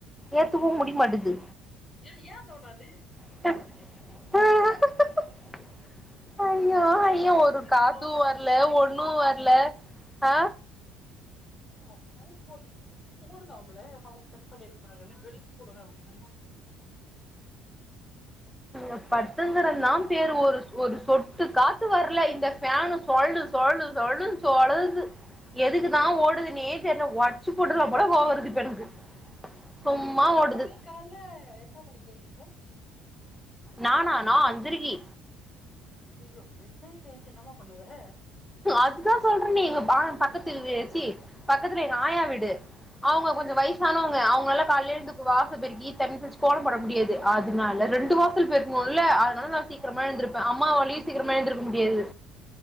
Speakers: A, in the centre; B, on the left.
A: ஏத்துக்கவு முடிக்மாட்டுது
B: ஏன் ஏன் தோணாது
A: அ ஐயோ
B: ஃப்ளைட் மோட்ல
A: ஐயோ
B: போட்டு
A: ஒரு
B: வுட்டுட்டு
A: காத்து
B: தோணுதாம்ல
A: வரல ஒண்ணு வர்ல ஆ
B: அதா ஃபிளைட் மோட்ல போட்டுட்டு தோணுதாம்ல அவுங்க கட் பண்ணிருப்பாகன்னு வெளுத்து புடுவே உன்ன
A: அ பத்துன்கிறன்தாம் பேரு ஒரு ஒரு சொட்டுக் காத் த்து வர்ல இந்த ஃபேனுு சொழ்ண்டு சொழ்ண்டு சொழ்ண்டுனு சொழர்து எதுக்குதா ஓடுதுன்னே தெர்ல ஒட்ச்சு போட்றலா போல கோவருது இப்ப எனக்கு சொம்மா ஓடுது
B: ஆமா நீ கால்ல எத்தன மணிக்கு எஞ்சுப்ப
A: நானா நா அஞ்சரைகி
B: அய்யயோ மிட் நைட்ல ஏஞ்சு என்னமா பண்ணுவ
A: அதுதா சொல்றனே எங்க பா பக்கத்து வே ச்சீ பக்கத்துல எங்க ஆயா வீடு அவுங்க கொஞ்ச வயசானவங்க அவுங்களால கால்ல எழுந்து வாச பெருக்கி தண்ணி தெளிச்சி கோலம் போட முடியாது அதனால ரெண்டு வாசல் பெருக்குனொல்ல அதனால நா சீக் கிரமா எழுந்திருப்பே
B: ஓ
A: அம்மாவாலியு சீக்கிரமா
B: நீ
A: எழுந்திருக்க முடியாது